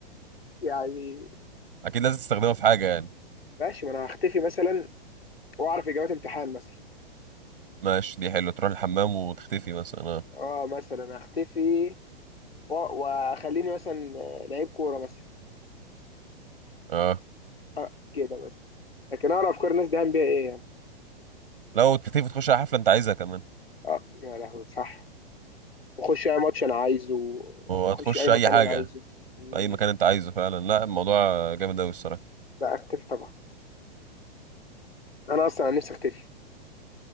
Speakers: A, on the left; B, on the right.
A: يعني
B: اكيد لازم تستخدمها في حاجة يعني
A: ماشي ما انا هختفي مثلا واعرف اجابات امتحان مثلا
B: ماشي دي حلوة تروح الحمام وتختفي مثلا اه
A: اه مثلا هختفي و- واخليني مثلا آه، لعيب كوره مثلا
B: اه
A: آه كده مثلا لكن اعرف افكار الناس دهان بيها ايه يعني
B: لو تختفي تخش على حفلة انت عايزها كمان
A: اه يا لهوي صح واخش اي ماتش انا عايزه
B: وهتخش
A: اخش اي
B: اي
A: مكان
B: حاجة
A: انا عايزه مم.
B: في اي مكان انت عايزه فعلا لا الموضوع جامد اوي الصراحة
A: لا اختفي طبعا انا اصلا نفسي اختفي